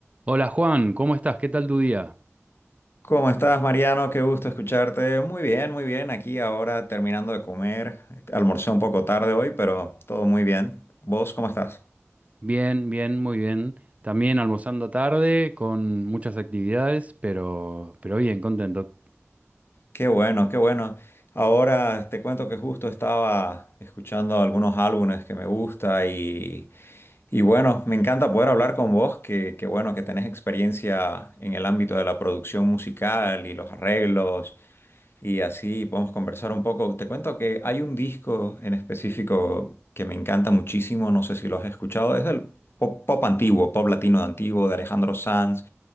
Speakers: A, on the right; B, on the left.
A: Hola Juan, ¿cómo estás? ¿Qué tal tu día?
B: ¿Cómo estás, Mariano? Qué gusto escucharte. Muy bien, muy bien. Aquí ahora terminando de comer. Almorcé un poco tarde hoy, pero todo muy bien. ¿Vos cómo estás?
A: Bien, bien, muy bien. También almorzando tarde con muchas actividades, pero, pero bien, contento.
B: Qué bueno, qué bueno. Ahora te cuento que justo estaba escuchando algunos álbumes que me gusta y, y bueno, me encanta poder hablar con vos, que, que bueno que tenés experiencia en el ámbito de la producción musical y los arreglos. y así podemos conversar un poco. Te cuento que hay un disco en específico que me encanta muchísimo, no sé si lo has escuchado, es del pop, pop antiguo, pop latino de antiguo de Alejandro Sanz.